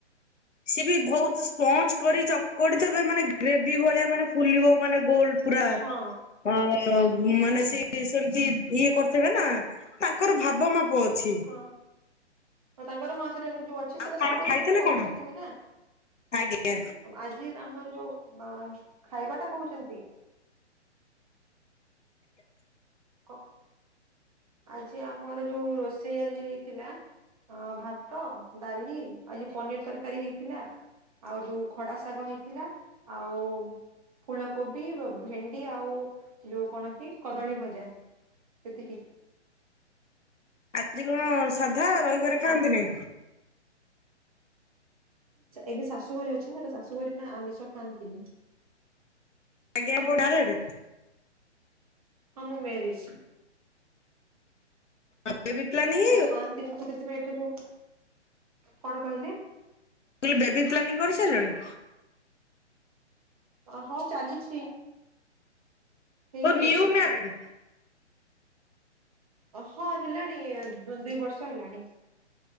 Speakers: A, on the left; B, on the right.
A: ସିଏ ବି ବହୁତ ସ୍ପଞ୍ଜ କରି ଚକଟି ଥେବେ, ମାନେ ଗ୍ରେଭି ଭଳିଆ ମାନେ ଫୁଲିବ ମାନେ ଗୋଲ। ପୁରା
B: ହଁ
A: ଅ ମାନେ ସେ ସେମିତି ଇଏ କର ସେମାନେ ନା ତାଙ୍କର ଭାବ ମାପ ଅଛି।
B: ହଁ। ହଁ ତାଙ୍କର ହଁ ସେରା ଯୋଉ ଅ ସେ
A: ଆଉ
B: ସେରା
A: କଣ
B: ସବୁବେଳେ
A: ଖାଇଥିଲେ
B: ସେମାନେ କରୁଛନ୍ତି
A: କଣ?
B: ବି ନା।
A: ଆଜ୍ଞା
B: ଆଉ ଆ ଯିଏ ଆମର ଯୋଉ ଖାଇବା ଟା କହୁଛନ୍ତି କ, ଆଜି ଆମର ଯୋଉ ରୋଷେଇ ଆଜି ହେଇଥିଲା ଅ ଭାତ, ଡାଲି ଆଉ ଯୋଉ ପନିର ତରକାରୀ ହେଇଥିଲା। ଆଉ ଯୋଉ ଖଡା ଶାଗ ହେଇଥିଲା। ଆଉ ଫୁଲକୋବି, ଭେଣ୍ଡି ଆଉ ଯୋଉ କଣ କି କଦଳୀ ଭଜା। ସେତିକି
A: ଆଜି କଣ ସାଧା ରଇବାରେ ଖାଆନ୍ତିନି।
B: ଆମ ଏବେ ଶାଶୁଘରେ ଅଛ, ଶାଶୁଘରେ ନା ଆମିଷ ଖାଆନ୍ତିନି।
A: ଆଜ୍ଞା। <unintelligible>
B: ହଁ ମୁଁ ମ୍ୟାରେଜ।
A: ବେବି ପ୍ଲାନିଙ୍ଗ
B: ତ ଖାଆନ୍ତିନି ତ ସେଥିପାଇଁ ଏଠି ମୁଁ, କଣ କହିଲେ?
A: ମୁଁ କହିଲି ବେବି ପ୍ଲାନିଂ କରିସାରିଲଣି?
B: ହଁ, ଚାଲିଛି ହେଇନି
A: ଓ ନିଉ
B: ଏପର୍ଯ୍ୟନ୍ତ।
A: ମ୍ୟାରେଡ
B: ହଁ, ହେଲାଣି ଦୁଇ ବର୍ଷ ହେଲାଣି।